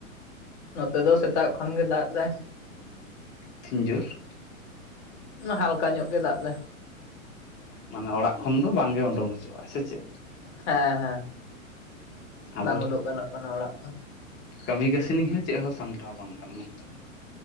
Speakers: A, on the left; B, on the left.
A: ᱱᱚᱛᱮ ᱫᱚ ᱥᱮᱛᱟᱜ ᱠᱷᱚᱱ ᱜᱮ ᱫᱟᱜ ᱮᱫᱟᱭ᱾
B: ᱛᱤᱧ ᱡᱩᱨ?
A: ᱦᱟᱞᱠᱟ ᱧᱚᱜ ᱜᱮ ᱫᱟᱜ ᱫᱟᱭ
B: ᱢᱟᱱᱮ ᱚᱲᱟᱜ ᱠᱷᱚᱱ ᱫᱚ ᱵᱟᱝᱜᱮ ᱩᱰᱩᱠ ᱦᱚᱪᱚᱣᱟᱜᱼᱟ ᱥᱮ ᱪᱮᱫ
A: ᱦᱮᱸ ᱦᱮᱸ
B: ᱟᱫᱚ
A: ᱵᱟᱝ ᱩᱰᱩᱠ ᱜᱟᱱᱚᱜ ᱠᱟᱱᱟ ᱚᱲᱟᱜ ᱠᱷᱚᱱ
B: ᱠᱟᱹᱢᱤ ᱠᱟᱹᱥᱱᱤ ᱦᱚᱸ ᱪᱮᱫ ᱦᱚᱸ ᱥᱟᱢᱴᱟᱣ ᱵᱟᱝ ᱜᱟᱱᱚᱜᱼᱟ ᱱᱚᱝᱠᱟ ᱫᱚ?